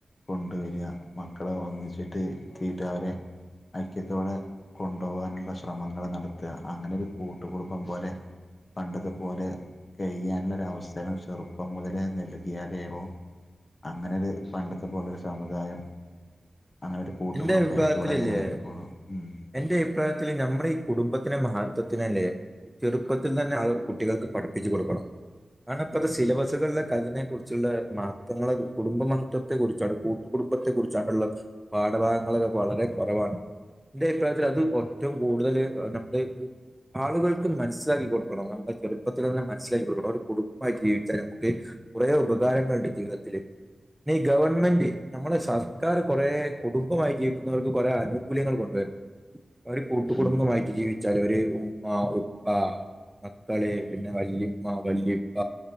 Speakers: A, on the left; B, in the centre.
A: കൊണ്ടുവരിക മക്കളെ ഒന്നിച്ചിട്ട് ഇരിത്തീട്ട് അവരെ ഐക്യത്തോടെ കൊണ്ടോവാനുള്ള ശ്രമങ്ങള് നടത്ത്ക അങ്ങനൊരു കൂട്ടുകുടുബം പോലെ പണ്ടതും പോലെ കഴിയാനുള്ളൊരവസരം ചെറുപ്പം മുതലേ നൽകിയാലേളെ അങ്ങനൊരു പണ്ടത്തെ പോലൊരു സമുദായം അങ്ങനെ ഒരു കൂട്ടുകുടുംബമായിട്ട്
B: എന്റെ അഭിപ്രായത്തില്ലേ
A: ഇവിടെ നിലനിൽക്കുള്ളൂ ഉം
B: എന്റെ അഭിപ്രായത്തില് ഞമ്മടെ ഈ കുടുംബത്തി ത്തിന്റെ മഹത്വത്തിനല്ലേ ഈ ചെറുപ്പത്തിൽ തന്നെ ആ കുട്ടികൾക്ക് പഠിപ്പിച്ചു കൊടുക്കണം അങ്ങനെ ആപ്പ
A: ഉം
B: സിലബസുകളിലെ അതിനെ കുറിച്ചുള്ള മഹത്വങ്ങള കുടുംബ മഹത്വത്തെ കുറിച്ചാണ് കൂട്ടുകടുംബത്തെ കുറിചാണ്‌ള്ളത് പാഠഭാഗങ്ങളൊക്കക്കെ വളരെ കുറവാണ് എന്റെ അഭിപ്രായത്തിൽ അത് ഒറ്റും കൂടുതൽ നമ്മള് ആളുകൾക്ക് മനസിലാക്കി കൊടുക്കണം നമ്മുടെ ചെറുപ്പത്തിൽ നിന്ന് മനസ്സിലാക്കി കൊടുക്കണം ഒരു കുടുംബമായി ജീവിച്ചാൽ നമുക്ക് കുറെ ഉപകാരങ്ങളുണ്ട് ജീവിതത്തില് പിന്നെ ഈ ഗവൺമെന്റ് നമ്മള് സർക്കാർ കൊറെ കുടുംബമായി ജീവിക്കുന്നവർക്ക് കുറെേ ആനുകൂല്യങ്ങൾ കൊണ്ടുവരും അവര് കൂട്ടുകടുംബമായിട്ട്
A: ഉം
B: ജീവിക്കും ചിലര് ഉമ്മ ഉപ്പ മക്കള് പിന്നെ വല്ലിയമ്മ വല്ലിപ്പ